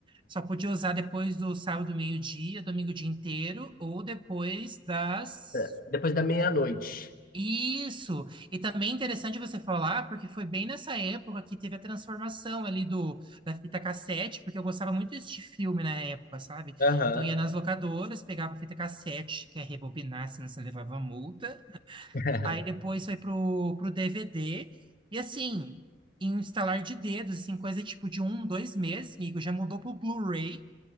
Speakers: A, on the right (about 25°); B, on the left (about 50°).
A: Só podia usar depois do sábado, meio-dia, domingo o dia inteiro, ou depois das.
B: É, Depois da meia-noite.
A: Isso! E também é interessante você falar, porque foi bem nessa época que teve a transformação ali do, da fita cassete, porque eu gostava muito desse filme na época, sabe?
B: Aham.
A: Então ia nas locadoras, pegava a fita cassete, que é rebobinar, senão você levava multa.
B: <laughs>
A: Aí depois foi pro, pro DVD. E assim, em um estalar de dedos, assim, coisa tipo de um, dois meses, amigo, já mudou pro Blu-ray